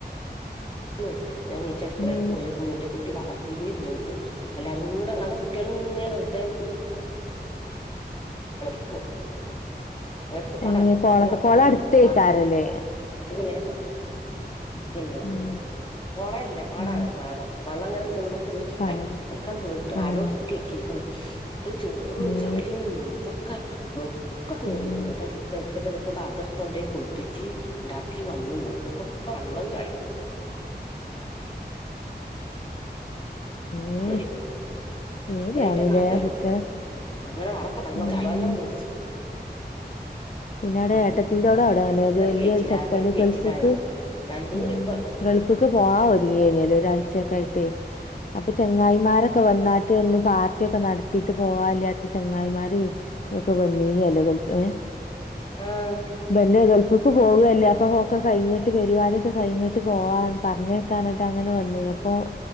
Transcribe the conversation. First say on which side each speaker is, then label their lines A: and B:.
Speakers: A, on the left (about 30°); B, on the left (about 50°).
A: ന്ന് ഞാൻ നീച്ചട്ക്കളേക്ക്
B: മേ
A: പോയൊക്കുമ്പോ ഇന്റെ കുട്ടി വള്ളത്തില് വീണിട്ട് എല്ലാരും കൂടെ അവിടെ കുട്ടികള് ങ്ങനെ വെറുതെ <unintelligible> അടുത്ത് പാടാണ്
B: ഏഹ് കൊളൊക്കെ
A: പാടത്തിന്റെ വക്കത്താണ്
B: കൊളട്ത്തേക്കാരല്ലേ
A: പാടത്തിന് ഇങ്ങനെ പ്പോ ഇക്കണ്ട്
B: ഉം
A: കൊളല്ല പാടാണ്
B: ഉം
A: പാടം വള്ളംങ്ങനെ നിക്ണ്ട് പോ ത്ത്‌
B: പാടം
A: അയ് അയ്കാണ്ട് വീണ് ട്ട്
B: ആഹ്
A: ആരോട്ത്ത് കെറ്റിക്ക്ണ് ഇട്ട് ചെറും
B: മേ
A: ചളിയും എന്ത ക്കെ ഒക്കെ കേറിക്കുണു
B: ഉം
A: അട്ത്ത്‌ ട്ത്ത് പ ത്തെ താത്തട്തൊൻണ്ടോയി കുൾപ്പിച്ച് ണ്ടാക്കി വന്ന് നോക്കും ഒക്കെ വെള്ളം ചളി
B: ഏഹ്
A: കേറി
B: പെടിയാണ്ലേ
A: ഒരേറ്റ കാത്തല്ലേ
B: കുട്ട്യാ
A: അങ്ങനെ വളൊക്കെ വള്ളം
B: ഉം
A: ചളിവെള്ളം കുടിച്ച്
B: പിന്നെ അവ്ടെ
A: അന്നൊരു
B: ഏട്ടത്തിന്റെടെ അവിടെ അങ്ങനെയ ജയിലില്
A: കെയ്ച്ചിലാ
B: ശത്തനേ
A: ആകെ ഒരു കെയ്ച്ചിലായതാണ്
B: ഗൾഫ്ക്ക്
A: രണ്ടൂർ
B: ഉം
A: ഇപ്പ
B: ഗൾഫ്ക്ക് പോവാ ഒരുങ്ങിയനല്ലോ ഒരാഴ്ചയക്കെ ആയിട്ടേ അപ്പ ചെങ്ങായിമാരൊക്കെ വന്നാട്ട് ഒന്ന് പാർട്ടിയൊക്കെ നടത്തിട്ട് പോവാല്ല ചെങ്ങായിമാര് ഒക്കെ വന്നീനോലോ ഏഹ്
A: ആഹ്
B: ബന്റെറ ഗൾഫിക്ക് പോവെല്ലേ അപ്പൊ ഒക്കെ കഴിഞ്ഞിട്ട് പരിപാടിയൊക്കെ കഴിഞ്ഞിട്ട് പോവാന്ന് പറഞ്ഞ് കാനട്ട അങ്ങനെ വന്നേന് അപ്പൊ